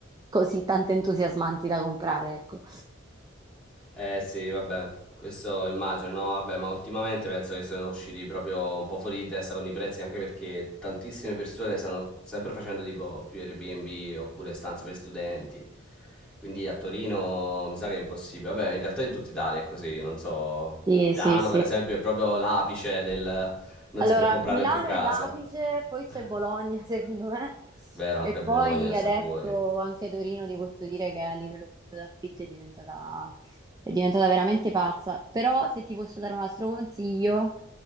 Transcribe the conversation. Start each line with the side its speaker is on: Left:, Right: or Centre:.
Right: così tanto entusiasmanti da comprare, ecco.
Centre: Eh sì, vabbè, questo immagino, no? Vabbè, ma ultimamente penso che sono usciti proprio un po' fuori di testa con i prezzi, anche perché tantissime persone stanno sempre facendo tipo più Airbnb oppure stanze per studenti. Quindi a Torino mi sa che è impossibile. Vabbè, in realtà in tutta Italia è così, non so.
Right: Sì,
Centre: Milano,
Right: sì, sì.
Centre: per esempio, è proprio l'apice del non
Right: Allora,
Centre: si può comprare
Right: Milano
Centre: più casa.
Right: e l'Apice,
Centre: <laughs>
Right: poi c'è Bologna, <laughs> secondo me,
Centre: Vero,
Right: e
Centre: anche
Right: poi
Centre: Bologna sta
Right: adesso
Centre: fuori.
Right: anche Torino ti posso dire che a livello di affitti è diventata, è diventata veramente pazza. Però se ti posso dare un altro consiglio,